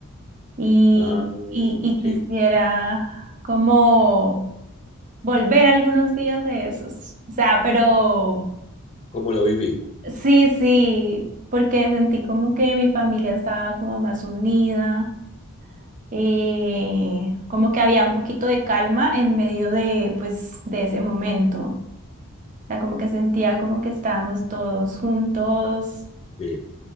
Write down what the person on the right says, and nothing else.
y,
y, y quisiera
como volver algunos días de esos. O sea, pero
sí, sí, porque sentí como que mi familia estaba como más unida eh, como que había un poquito de calma en medio de, pues, de ese momento. O sea, como que sentía como que estábamos todos juntos,